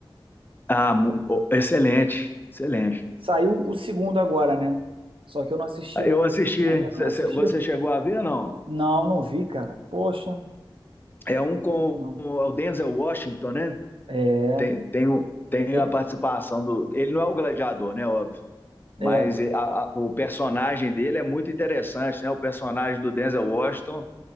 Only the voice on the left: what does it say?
Ah, mu- oh, excelente, excelente.
Eu assisti,
cê-
cê- você chegou a ver, não?
É um com
o Denzel Washington, né?
Tem, tem, o- tem
a participação do. Ele não é o gladiador, né? Mas
eh, a- a- o personagem dele é muito interessante, né? O personagem do Denzel Washington